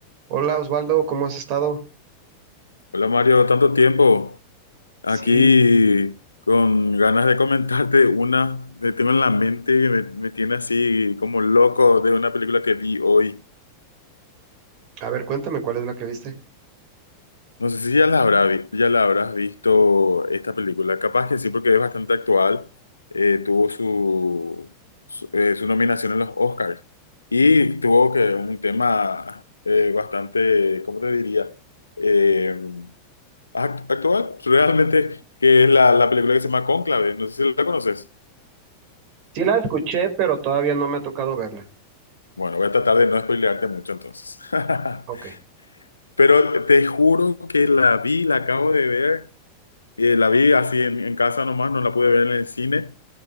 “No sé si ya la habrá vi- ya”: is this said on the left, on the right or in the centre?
Left